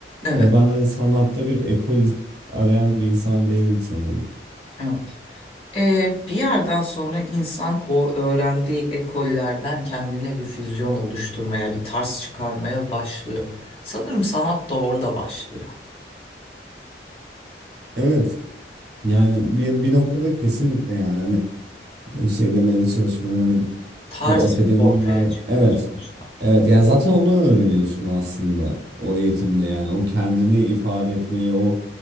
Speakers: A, on the left (about 35°); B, on the right (about 65°).
A: Evet.
B: Ve ben hani sanatta bir ekol iz- arayan bir insan değilim sanırım.
A: evet. Ee, bir yerden sonra insan o öğrendiği ekollerden kendine bir füzyon oluşturmaya, bir tarz çıkarmaya başlıyor. Sanırım sanat da orada başlıyor.
B: Evet. Yani bir, bir noktada kesinlikle yani hani şey demeye de çalışmıyorum hani
A: Tarz
B: bu akademinin
A: ortaya
B: ver
A: çıkıyor
B: evet
A: sonuçta.
B: Evet yani zaten onu öğreniyorsun aslında o eğitimde yani o kendini ifade etmeyi o